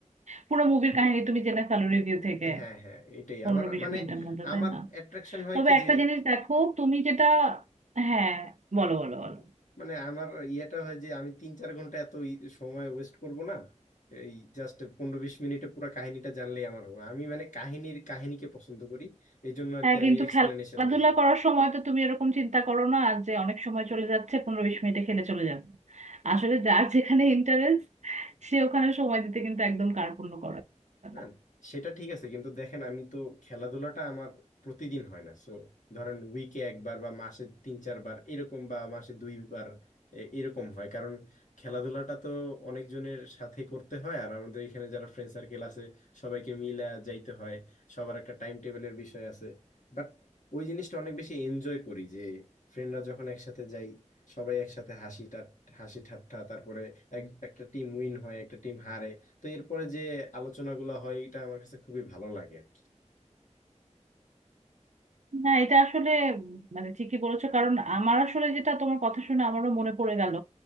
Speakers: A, on the right (about 65°); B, on the left (about 80°).
A: পুরো মুভির কাহিনী তুমি জেনে ফেলো রিভিউ থেকে
B: হ্যাঁ হ্যাঁ এটাই
A: পনেরো
B: আমার
A: বিশ
B: মানে
A: মিনিটের মধ্যে
B: আমার
A: তাই না
B: অ্যাট্রাকশন হয়
A: তবে
B: কি
A: একটা
B: যে
A: জিনিস দেখো তুমি যেটা হ্যাঁ বলো বলো বলো
B: উম, মানে আমার ইয়েটা হয় যে আমি তিন চার ঘন্টা এত ই- সময় ওয়েস্ট করব না এই জাস্ট পনেরো বিশ মিনিটে পুরো কাহিনীটা জানলেই আমার হবে আমি মানে কাহিনীর কাহিনীকে পছন্দ করি এই জন্য আর
A: হ্যাঁ
B: কি
A: কিন্তু
B: আমি এক্সপ্লেনেশন
A: খেলাধুলা
B: দেখি
A: করার সময় তো তুমি এরকম চিন্তা করো না যে অনেক সময় চলে যাচ্ছে পনেরো বিশ মিনিটে খেলে চলে যাবে আসলে যার যেখানে ইন্টারেস্ট সে ওখানে সময় দিতে কিন্তু একদম কার্পণ্য করে
B: না
A: না
B: সেটা ঠিক আছে কিন্তু দেখেন আমি তো খেলাধুলাটা আমার প্রতিদিন হয় না সো ধরেন উইকে একবার বা মাসে তিন চারবার এরকম বা মাসে দুইবার এ- এরকম হয় কারণ খেলাধুলাটা তো অনেকজনের সাথে করতে হয় আর আমাদের এখানে যারা ফ্রেন্ড সার্কেল আছে সবাইকে মিলা যাইতে হয় সবার একটা টাইম টেবিলের বিষয় আছে বাট ওই জিনিসটা অনেক বেশি এনজয় করি যে ফ্রেন্ডরা যখন একসাথে যাই সবাই একসাথে হাসি টা হাসি ঠাট্টা তারপরে এক- একটা টিম উইন হয় একটা টিম হারে তো এরপরে যে আলোচনাগুলো হয় এটা আমার কাছে খুবই ভালো লাগে আর কি
A: না এটা আসলে উম, মানে ঠিকই বলেছো কারণ আমার আসলে যেটা তোমার কথা শুনে আমারও মনে পড়ে গেল